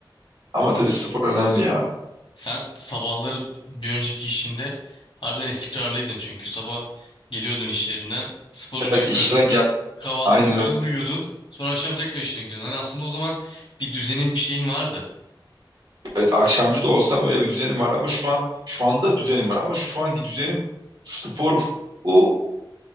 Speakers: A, on the right (about 65°); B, on the left (about 80°).
A: Ama tabii spor önemli ya.
B: Sen sabahları bir önceki işinde harbiden istikrarlıydın çünkü sabah geliyordun işlerinden, sporunu
A: Evet
B: yapıyordun,
A: işten gel.
B: kahvaltını
A: Aynen
B: yapıyordun,
A: öyle.
B: uyuyordun. Sonra akşam tekrar işine gidiyordun. Hani aslında o zaman bir düzenin bir şeyin vardı.
A: Evet akşamcı da olsam öyle bir düzenim var ama şu an şu anda düzenim var ama şu anki düzenim spor o